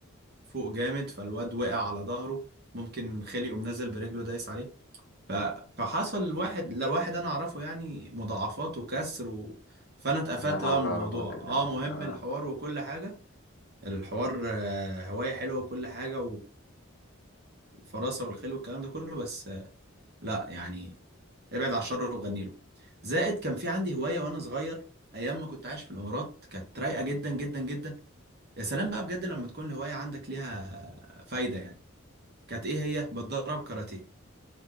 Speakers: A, on the right; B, on the left.
A: فوق جامد فالواد وقع على ظهره ممكن خيل يقوم نازل برجله دايس عليه ف... فحصل لواحد لواحد انا اعرفه يعني مضاعفات وكسر و... فانا اتقفلت
B: لا حول
A: بقى من الموضوع
B: ولا قوه الا
A: اه
B: بالله
A: مهم
B: اه
A: الحوار وكل حاجة الحوار آه، هواية حلوة وكل حاجة والفراسة والخيل والكلام ده كله بس آه، لا يعني ابعد عن الشر وغني له زائد كان في عندي هواية وانا صغير ايام ما كنت عايش في الامارات كانت رايقة جدا جدا جدا يا سلام بقى بجد لما تكون الهواية عندك ليها فايدة يعني كانت ايه هي بتدرب كاراتيه